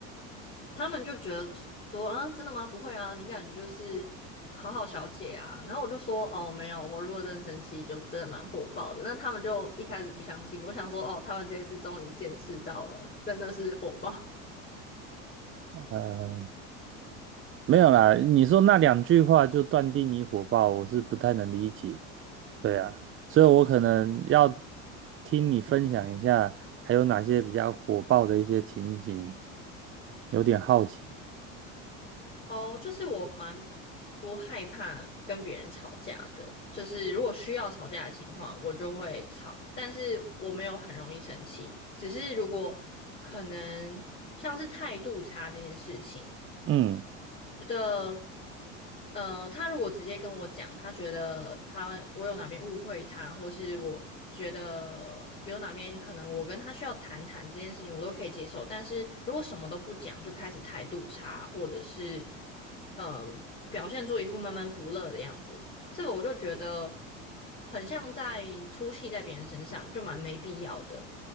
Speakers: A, on the left (about 25°); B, on the right (about 35°).
A: 他们就觉得说啊，真的吗？不会啊，你感觉就是好好小姐啊。然后我就说哦，没有，我如果真的生气，就真的蛮火爆的。那他们就一开始不相信，我想说哦，他们这次终于见识到了，真的是火爆
B: 呃，没有啦。你说那两句话就断定你火爆，我是不太能理解。对呀，所以我可能要听你分享一下，还有哪些比较火爆的一些情形，有点好奇。
A: 哦。就是我蛮不害怕跟别人吵架的，就是如果需要吵架的情况，我就会吵，但是我没有很容易生气，只是如果可能像是态度差这件事情。
B: 嗯，
A: 的。呃，他如果直接跟我讲，他觉得他我有哪边误会他，或是我觉得有哪边可能我跟他需要谈谈这件事情，我都可以接受。但是如果什么都不讲，就开始态度差，或者是呃表现出一副闷闷不乐的样子，这个我就觉得很像在出气在别人身上，就蛮没必要的。